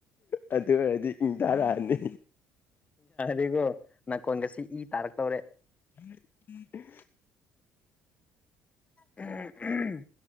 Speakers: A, on the left; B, on the left.
A: ꯑꯗꯨ ꯑꯣꯏꯔꯗꯤ ꯏꯪ ꯇꯔꯛꯑꯅꯤ
B: ꯌꯥꯒꯣ ꯅꯪ ꯀꯣꯣꯡꯦꯁꯤ ꯇꯔꯛ ꯇꯧꯔꯦ
A: ꯎꯝ ꯎꯝ
B: ꯎ